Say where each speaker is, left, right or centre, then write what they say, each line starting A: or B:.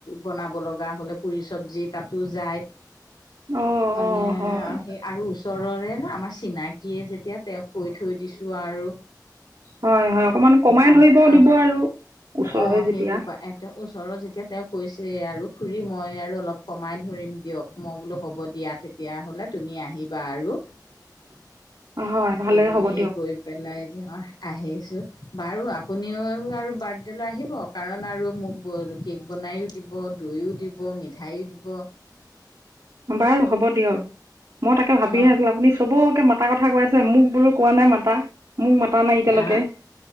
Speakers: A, on the left (about 80°); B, on the right (about 65°).
A: বনাব লগা হ'লে পুৰি চব্জি তাতো যায়
B: অঁ
A: মানে
B: অঁ হয়
A: সেই আৰু ওচৰৰে না আমাৰ চিনাকীয়ে যেতিয়া তেওঁক কৈ থৈ দিছো আৰু।
B: হয় হয় অকণমান কমাই
A: আম
B: ধৰিব দিব
A: আহ
B: আৰু ওচৰৰে
A: অ'
B: যেতিয়া
A: সেইটো পা। তেওঁ ওচৰৰত যেতিয়া তেওঁ কৈছে, আৰু খুৰী মই আৰু অলপ কমাই ধৰিম দিয়ক। মই বোলো হ'ব দিয়া, তেতিয়া হ'লে তুমি আহিবা আৰু
B: হয় ভালেই
A: এইবুলিয়ে
B: হ'ব দিয়ক
A: কৈ পেলাই যি অঁ আহিছোঁ বাৰু আপুনিও আৰু বাৰ্থডে' লৈ আহিব। কাৰণ আৰু মোক কেক বনাইও দিব দৈও দিব মিঠাইয়ো দিব
B: বাৰু হ'ব দিয়ক, মই তাকে ভাবিহে
A: অ
B: আছিলো আপুনি চবকে মা মাতাৰ কথা কৈ আছে, মোক বোলো কোৱা নাই মাতা, মোক মাতা নাই এতিয়ালৈকে।
A: আহ